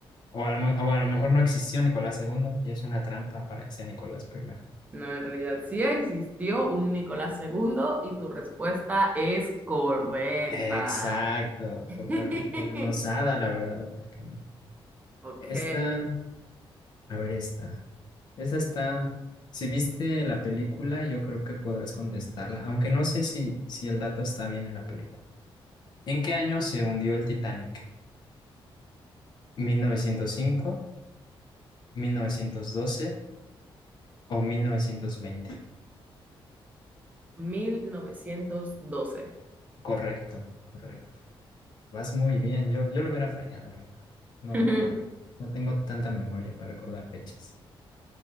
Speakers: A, on the left; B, on the right.
A: O a lo, me- o a lo mejor no existió Nicolás segundo y es una trampa para que sea Nicolás primero.
B: No, en realidad sí existió un Nicolás segundo y tu respuesta es correcta.
A: Exacto,
B: <laughs>
A: por cor- coronozada, la verdad, porque no.
B: Ok,
A: Esta, a ver esta. Esa está, si viste la película, yo creo que podrás contestarla, aunque no sé si, si el dato está bien en la película. ¿En qué año se hundió el Titanic? mil mil novecientos cinco mil novecientos doce o mil novecientos veinte
B: 1912.
A: Correcto, correcto. Vas muy bien, yo, yo lo hubiera fallado, la verdad. No
B: <laughs>
A: recuerdo. No tengo tanta memoria para recordar fechas.